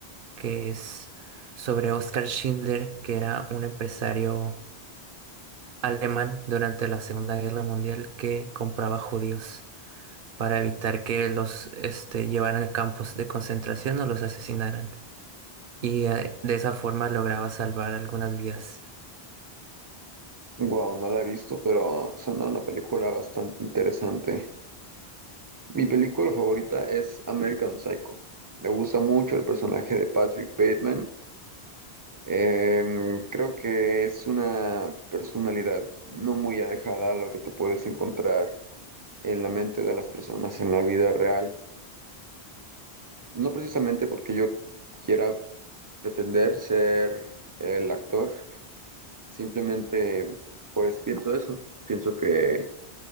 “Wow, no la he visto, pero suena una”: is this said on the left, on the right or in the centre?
Right